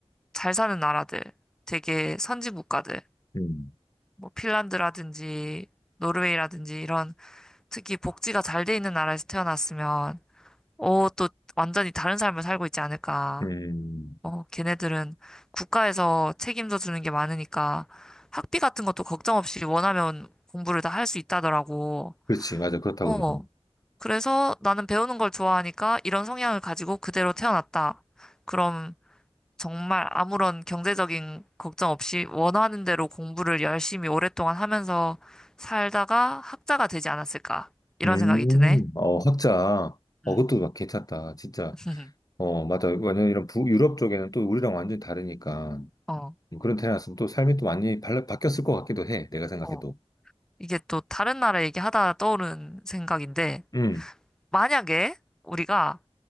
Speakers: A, in the centre; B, on the left.
A: 잘 사는 나라들 되게 선진 국가들
B: 음,
A: 뭐 핀란드라든지 노르웨이라든지 이런 특히 복지가 잘 돼 있는 나라에서 태어났으면 어 또 완전히 다른 삶을 살고 있지 않을까
B: 음,
A: 어, 걔네들은 국가에서 책임져 주는 게 많으니까 학비 같은 것도 걱정 없이 원하면 공부를 다 할 수 있다더라고.
B: 그렇지, 맞아. 그렇다고
A: 어.
B: 하더라고.
A: 그래서 나는 배우는 걸 좋아하니까 이런 성향을 가지고 그대로 태어났다. 그럼 정말 아무런 경제적인 걱정 없이 원하는 대로 공부를 열심히 오랫동안 하면서 살다가 학자가 되지 않았을까. 이런
B: 음,
A: 생각이 드네.
B: 어, 헛자. 어,
A: 음.
B: 그것도 막 괜찮다. 진짜.
A: <laughs>
B: 어, 맞아. 완전 이런 부, 유럽 쪽에는 또 우리랑 완전히 다르니까.
A: 어,
B: 음, 그런 태어났으면 또 삶이 또 많이 발라, 바뀌었을 것 같기도 해. 내가 생각해도.
A: 어. 이게 또 다른 나라 얘기하다 떠오른 생각인데,
B: 음,
A: 만약에 우리가